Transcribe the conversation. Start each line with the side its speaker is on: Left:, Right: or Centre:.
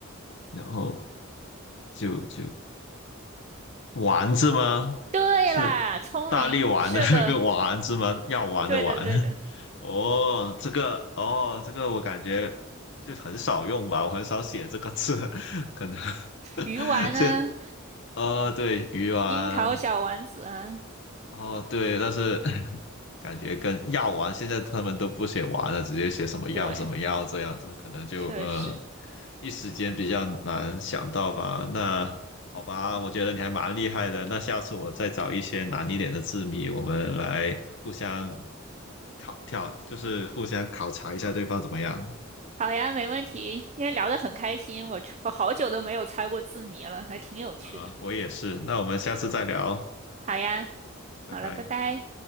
Left: 然后九九丸子吗？
Right: 对啦，
Left: 是大力丸的那个丸子吗？
Right: 聪明，是的，
Left: <laughs> 药丸的丸。
Right: 对的，
Left: <laughs>
Right: 对的。
Left: 哦，这个哦，这个我感觉就很少用吧，我很少写这个字，<laughs> 可能 <laughs>
Right: 鱼丸啊，
Left: 这呃对鱼丸，
Right: 樱桃小丸子啊，
Left: 哦，对，但是 <laughs> 感觉跟药丸现在他们都不写丸了，直接写什么药什么药这样子，
Right: 对，
Left: 可能就呃
Right: 确实。
Left: 一时间比较难想到吧。那好吧，我觉得你还蛮厉害的。那下次我再找一些难一点的字谜，我们来互相考挑，就是互相考察一下对方怎么样。
Right: 好呀，没问题，因为聊得很开心，我我好久都没有猜过字谜了，还挺有趣的。
Left: 呃，我也是。那我们下次再聊，
Right: 好呀，
Left: 拜拜。
Right: 好了，拜拜。